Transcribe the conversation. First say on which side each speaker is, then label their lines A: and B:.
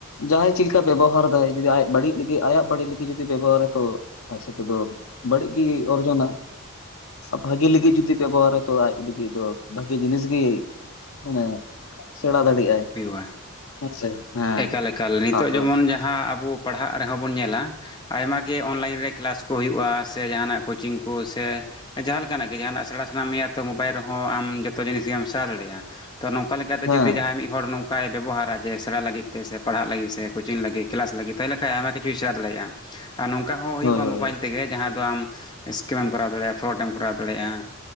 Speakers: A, on the left; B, on the left.
A: ᱡᱟᱦᱟᱸᱭ ᱪᱮᱫ ᱞᱮᱠᱟᱟᱭ ᱵᱮᱵᱚᱦᱟᱨ ᱫᱟᱭ ᱡᱩᱫᱤ ᱟᱭᱟᱜ ᱵᱟᱹᱲᱤᱡ ᱞᱟᱹᱜᱤᱫ ᱟᱭᱟᱜ ᱵᱟᱹᱲᱤᱡ ᱞᱟᱹᱜᱤᱫ ᱡᱩᱫᱤ ᱵᱮᱵᱚᱦᱟᱨᱟ ᱛᱚ ᱥᱮᱛ ᱫᱚ ᱵᱟᱹᱲᱜᱤ ᱚᱨᱡᱳᱱᱟ ᱵᱷᱟᱜᱤ ᱞᱟᱹᱜᱤᱫ ᱡᱩᱚᱫᱤ ᱵᱮᱵᱚᱦᱟᱨᱟ ᱛᱚ ᱟᱡ ᱞᱟᱹᱜᱤᱫ ᱵᱷᱟᱜᱤ ᱡᱤᱱᱤᱥ ᱜᱮᱤ ᱢᱟᱱᱮ ᱥᱮᱬᱟ ᱫᱟᱲᱮᱭᱟᱜᱼᱟᱭ
B: ᱦᱩᱭᱩᱜᱼᱟ
A: ᱦᱮᱸᱥᱮ ᱦᱮᱸ
B: ᱮᱠᱟᱞᱠᱟᱞ ᱱᱤᱛᱚᱜ
A: ᱛᱟᱨᱯᱚᱨ
B: ᱡᱮᱢᱚᱱ ᱡᱟᱦᱟᱸ ᱟᱵᱚ ᱯᱟᱲᱦᱟᱜ ᱨᱮᱦᱚᱸ ᱵᱚᱱ ᱧᱮᱞᱟ ᱟᱭᱢᱟᱟᱜ ᱜᱮ ᱚᱱᱞᱟᱭᱤᱱ ᱨᱮ ᱠᱮᱞᱟᱥ ᱠᱚ ᱦᱩᱭᱩᱜᱼᱟ ᱥᱮ ᱡᱟᱦᱟᱱᱟᱜ ᱠᱳᱪᱤᱝ ᱠᱩ ᱥᱮ ᱡᱟᱦᱟᱸ ᱞᱮᱠᱟ ᱱᱟᱜ ᱜᱮ ᱡᱟᱦᱟᱱᱟᱜ ᱥᱮᱬᱟ ᱥᱟᱱᱟᱢ ᱢᱮᱭᱟ ᱛᱚ ᱢᱳᱵᱟᱭᱤᱞ ᱨᱮᱦᱚᱸ ᱟᱢ ᱡᱚᱛᱚ ᱡᱤᱱᱤᱥ ᱜᱮᱢ ᱥᱮᱬᱟ ᱫᱟᱲᱮᱭᱟᱜᱼᱟ ᱛᱚ ᱱᱚᱝᱠᱟ ᱞᱮᱠᱟᱛᱮ
A: ᱦᱮᱸ
B: ᱡᱩᱫᱤ ᱡᱟᱦᱟᱸᱭ ᱢᱤᱫ ᱦᱚᱲ ᱱᱚᱝᱠᱟᱭ ᱵᱮᱵᱚᱦᱟᱨᱟ ᱡᱮ ᱥᱮᱬᱟ ᱞᱟᱹᱜᱤᱫ ᱛᱮ ᱥᱮ ᱯᱟᱲᱦᱟᱜ ᱞᱟᱹᱜᱤᱫ ᱥᱮ ᱠᱳᱪᱤᱝ ᱞᱟᱹᱜᱤᱫ ᱠᱞᱟᱥ ᱞᱟᱹᱜᱤᱫ ᱛᱟᱭᱞᱮ ᱟᱭᱢᱟ ᱠᱤᱪᱷᱩ ᱤᱥᱟᱨ ᱫᱟᱲᱮᱭᱟᱜᱼᱟ ᱟᱨ ᱱᱚᱝᱠᱟ ᱦᱚᱸ ᱦᱩᱭᱩᱜᱼᱟ
A: ᱦᱳᱭ
B: ᱢᱳᱵᱟᱭᱤᱞ
A: ᱦᱳᱭ
B: ᱛᱮᱜᱮ ᱡᱟᱦᱟᱸ ᱫᱚ ᱟᱢ ᱥᱠᱤᱢ ᱮᱢ ᱠᱚᱨᱟᱣ ᱫᱟᱲᱮᱭᱟᱜᱼᱟ ᱯᱷᱨᱰ ᱮᱢ ᱠᱚᱨᱟᱣ ᱫᱟᱲᱮᱭᱟᱜᱼᱟ